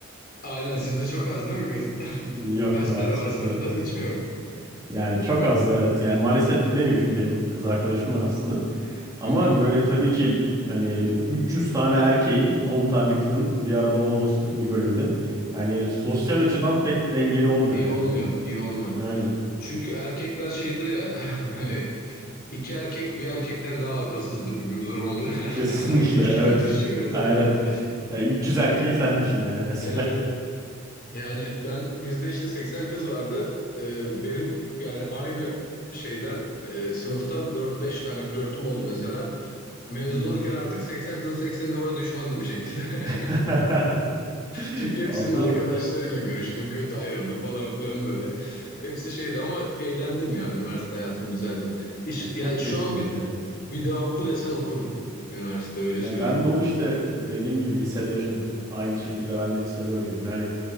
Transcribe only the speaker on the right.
Yok
maalesef
evet.
Yani çok az evet. Yani maalesef de demeyeyim şimdi benim kız arkadaşım var aslında. Ama
böyle tabii ki yani 300 tane erkeğin 10 tane kızın bir arada olması bir bölümde. Yani sosyal açıdan pek dengeli olmuyor
yani.
Şu,
aynen.
Kesinlikle
evet.
Aynen. Yani 300 erkeği sen düşün yani mesela.
<laughs> Hı.
<laughs>
Aa, bu
<laughs>
ya çok
keyiflidir
ya. evet.
Ya
ben de onu işte dediğim gibi lisede yaşadım. Aynı şekilde ben de lisede öyleydim. Yani